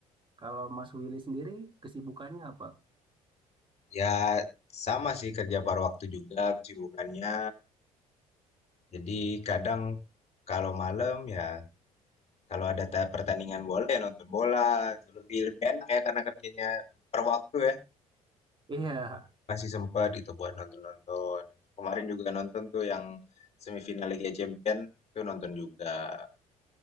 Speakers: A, on the right; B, on the left.
A: Kalau Mas Willy sendiri, kesibukannya apa?
B: Ya, sama sih kerja paruh waktu juga kesibukannya. Jadi, kadang kalau malam ya kalau ada ta- pertandingan bola ya nonton bola. Itu Lebih lebih enak ya karena kerjanya per waktu ya.
A: Iya,
B: Masih sempat gitu buat nonton-nonton. Kemarin juga nonton tuh yang semifinal Liga champion tuh nonton juga.